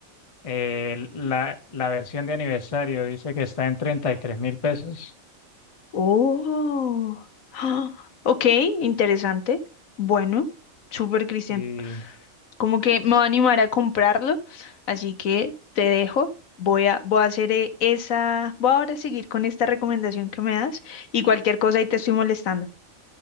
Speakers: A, on the left; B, on the left.
A: Eh, la, la versión de aniversario dice que está en 33 mil pesos.
B: Oh. <gasps> Ah, Ok, interesante. Bueno, súper Cristian.
A: Y
B: Como que me va a animar a comprarlo. Así que te dejo. Voy a, voy a hacer eh, esa. Voy ahora a seguir con esta recomendación que me das. Y cualquier cosa ahí te estoy molestando.